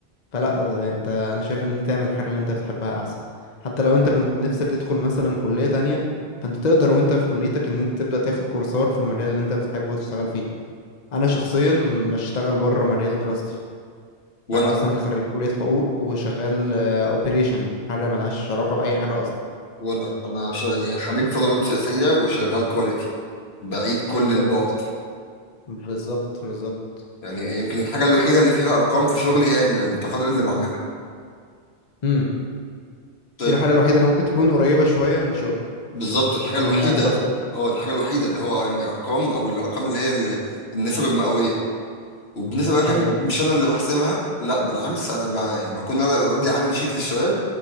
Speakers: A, on the left; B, on the left.
A: فلا ده انت انا شايف ان انت تعمل الحاجه اللي انت بتحبها احسن حتى لو انت كنت نفسك تدخل مثلا كليه تانية فانت تقدر وانت في كليتك ان انت تبدا تاخد كورسات في المجال اللي انت بتحبه وتشتغل فيه انا شخصيا بشتغل بره مجال دراستي
B: وانا
A: انا اصلا خريج كليه حقوق وشغال اوبريشن حاجه ملهاش علاقه باي حاجه اصلا
B: وانا انا شا... يعني خريج تدريب سياسية وشغال كواليتي بعيد كل
A: بالظبط
B: البعد
A: بالظبط بالظبط
B: يعني يمكن الحاجة الوحيدة اللي فيها ارقام في شغلي هي التقارير اللي بعملها
A: امم
B: طيب
A: دي الحاجه الوحيده اللي ممكن تكون قريبه شويه من شغل
B: بالظبط الحاجة
A: من
B: الوحيدة
A: دراستك
B: اه الحاجة الوحيدة اللي هو يعني ارقام او الارقام اللي هي ال- النسب المئوية وبالنسبة بقى كام
A: ايوه
B: مش
A: فاهم.
B: انا اللي بحسبها لا بالعكس انا ب... بكون انا اوريدي عامل شيت للشباب